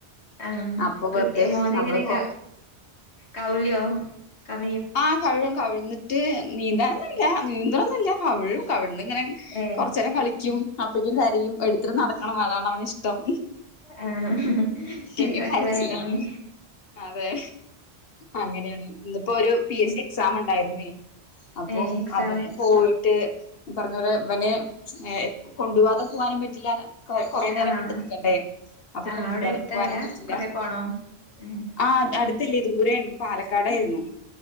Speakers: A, on the left; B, on the left.
A: ആ
B: അപ്പൊ
A: കുട്ടി
B: വെറുതെ
A: മോന്
B: നമ്മളിപ്പോ
A: എങ്ങനെ കൗല്യോ ക
B: ആ കമഴും കമഴ്ന്നിട്ട് നീന്താറൊന്നുമില്ല നീന്തണം ഒന്നുമില്ല കമിഴും കമിഴ്ന്ന് ഇങ്ങനെ
A: ഏ
B: കൊറച്ച് നേരം കളിക്കും അപ്പഴേക്കും കരയും എടുത്തിട്ട് നടക്കണം അതാണ് അവന് ഇഷ്ടം
A: ആ ശെരി
B: ഇങ്ങ
A: <unintelligible>
B: കരച്ചിലാണ്
A: എങ്ങനെ
B: അതെ അങ്ങനെയാണ് ഇന്നിപ്പോ ഒരു പി എസ്
A: ഉം
B: സി എക്സാം ഉണ്ടായിരുന്നേ അപ്പൊ
A: ഏ എക്സാമിന്
B: അതിന് പോയിട്ട് ഈ പറഞ്ഞപോലെ ഇവനെ കൊണ്ടു പോവാതെ പോകാനും പറ്റില്ലാല്ലോ കൊ കൊറേ നേരം
A: ആഹ്
B: വിട്ട് നിക്കണ്ടേ അപ്പൊ
A: ആഹ്
B: കൊണ്ടുപോവാതെ
A: അവിടെ അടുത്തല്ല
B: പോവാനും പറ്റില്ല
A: കൊറെ പോണോ ഉം
B: ആ അടുത്തില്ലേ ദൂരെയായിരുന്നു പാലക്കാടായിരുന്നു